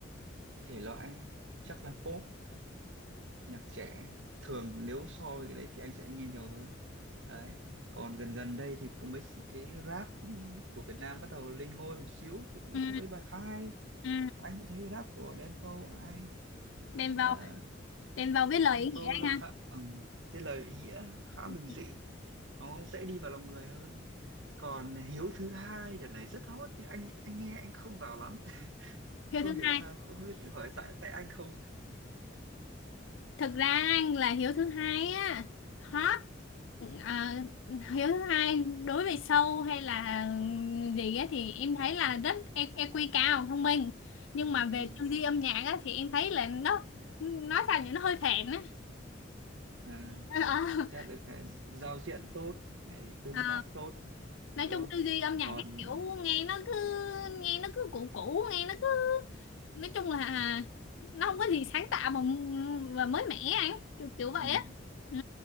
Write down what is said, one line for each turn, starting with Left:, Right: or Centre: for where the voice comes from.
Right: thể loại chắc là pop nhạc trẻ thường nếu so với cái đấy thì anh sẽ nghe nhiều hơn đấy còn gần gần đây thì cũng mấy cái rap của Việt Nam bắt đầu lên ngôi một xíu thì cũng
Left: Ừ.
Right: có mấy bài khá hay
Left: Ừ.
Right: anh cũng thấy rap của Đen Vâu ai
Left: đem vào
Right: ờ,
Left: đem vào viết lời
Right: Đen
Left: ý nghĩa
Right: Vâu
Left: anh
Right: nó khá
Left: ha
Right: ừm, cái lời nghĩa khá
Left: Ừ.
Right: bình dị nó dễ đi vào lòng người hơn còn Hiếu thứ hai đợt này rất hot nhưng anh anh nghe anh không vào lắm <laughs> không
Left: hiếu thứ
Right: hiểu
Left: hai
Right: sao không biết hỏi tại tại anh không
Left: thực ra anh là hiếu thứ hai á hot à, hiếu thứ hai đối với sâu hay là gì á thì em thấy là rất e- EQ cao thông minh nhưng mà về
Right: ừ.
Left: tư duy âm nhạc á thì em thấy là nó nói sao nhỉ nó hơi phèn á
Right: à,
Left: <laughs>
Right: chắc được cái giao diện tốt này tương
Left: Ờ, ờ.
Right: tác tốt này
Left: nói
Right: đúng
Left: chung
Right: không
Left: tư duy âm nhạc
Right: còn
Left: cái kiểu nghe nó cứ nghe nó cứ cũ cũ nghe nó cứ nói chung là nó không có gì sáng tạo mà và mới mẻ anh kiểu, kiểu vậy
Right: ừ.
Left: á ừ.